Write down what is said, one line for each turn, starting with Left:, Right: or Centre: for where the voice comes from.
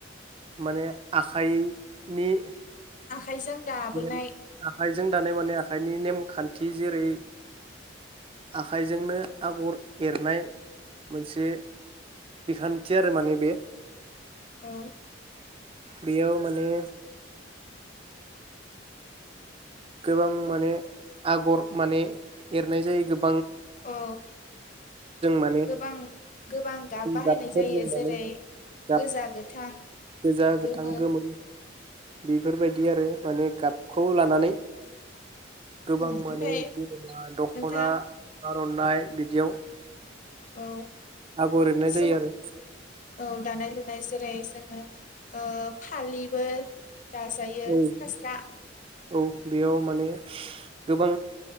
Right: माने आखाइनि
Left: आखाइजों दाबोनाय
Right: <unintelligible> आखाइजों दानाय माने आखा आखाइनि नेमखान्थि जेरै आखाइजोंनो आगर एरनाय मोनसे बिखान्थि आरो माने बे
Left: औ
Right: बेयाव माने गोबां माने आगर माने एरनाय जायो गोब
Left: औ
Right: माने
Left: गोबां गोबां गाब बाहायनाय
Right: गाबफोरजों
Left: जायो
Right: माने
Left: जेरै
Right: गाब
Left: गोजा गोथां
Right: गोजा गोथां
Left: गोमो
Right: गोमोन बेफोरबायदि आरो माने गाबखौ लानानै
Left: उम
Right: गोबां
Left: ओमफ्राय
Right: माने जेनेबा दख'ना
Left: नोंथां
Right: आर'नाइ बिदियाव
Left: औ
Right: आगर एरनाय
Left: स
Right: जायो आरो
Left: औ दानाय लुनाय जेरै दोङो ओ फालिबो दाजायो
Right: औ
Left: फास्रा
Right: औ बेयाव माने गोबां